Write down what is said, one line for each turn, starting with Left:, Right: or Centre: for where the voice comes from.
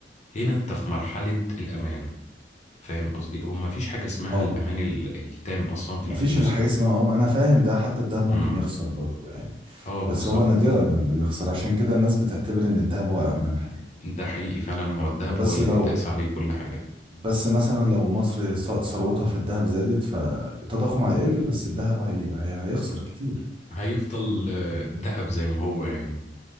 Left: هنا أنت في مرحلة الأمان فاهم قصدي هو مفيش حاجة اسمها
Right: اه
Left: الأمان ال- التام أصلا في
Right: مفيش
Left: الفلوس
Right: الحاجة
Left: يعني
Right: اسمها اه ما انا فاهم ده حتى الدهب ممكن
Left: امم
Right: يخسر برضه يعني
Left: اه بالظبط
Right: بس هو نادرا لما بيخسر عشان كده الناس بتعتبر ان الدهب هو أأمن حاجة
Left: ده حقيقي فعلا هو الذهب
Right: بس
Left: هو اللي
Right: لو
Left: بيتقاس عليه كل حاجة
Right: بس مثلا لو مصر ث- ثروتها في الدهب زادت فالتضخم هيقل بس الدهب هي... هي... هيخسر كتير
Left: هيفضل آه، ذهب زي ما هو يعني